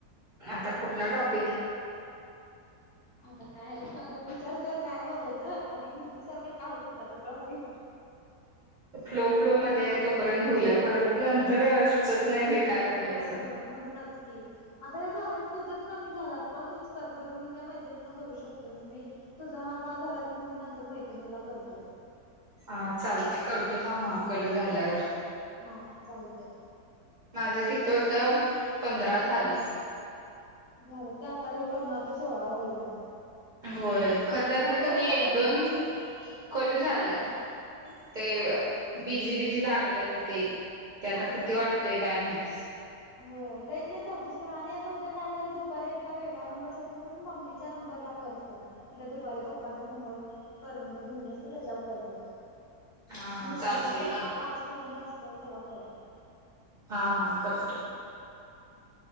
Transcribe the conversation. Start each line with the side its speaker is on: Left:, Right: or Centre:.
Right: आता कुठला टॉप
Left: आता काय म आता विचार कर काय बोलायचं आणि मम्मी सारखा काढ कुठला तर टॉफिक.
Right: फ्लो फ्लो मध्ये आहे तोपर्यंत बोलूया, परत नंतर सुचत नाही बे काय बोलायचं
Left: होय होय म्हणूनच की, आता हे झालं की तुझंच कमी झाल्यात कॉल तूच कर मी काय मैत्रिणींना करू शकतोय. मी तुझा हा कॉल झाला की नंतर मी मैत्रिणीला करतो.
Right: हा चालते करतो थांब हा कट. झाल्यावर
Left: हा चालतय.
Right: माझं किती होत, पंधरा झालं.
Left: झालं ते आता ह्यो करणार ते सोळावा होईल मग.
Right: होय खरं त्यातलं
Left: मग आता
Right: क
Left: उद्या
Right: नाही एक
Left: काय
Right: दोन
Left: कर
Right: कट झाल्यात
Left: हा
Right: ते
Left: हा हा
Right: बीजी बीजी झालेत. ले होती की
Left: हा
Right: आता किती वाढतोय काय माहिती?
Left: होय लइतलय चौतीसपुर आणि आता उद्या काय कर दुपारी एकदा वेगळ्या नंबरसाठी म्हणून मम्मीच्या नंबर ला कर फोन मग त्या दुपारी पप्पांच्या फोन व करून घेऊन बसत त्याच्यावर कर फोन.
Right: हा हा
Left: दुपारी
Right: चालते
Left: म्हणजे पप्पा
Right: कर
Left: पाच पर्यंत असतात तवा कर.
Right: हा हा करतो.
Left: हां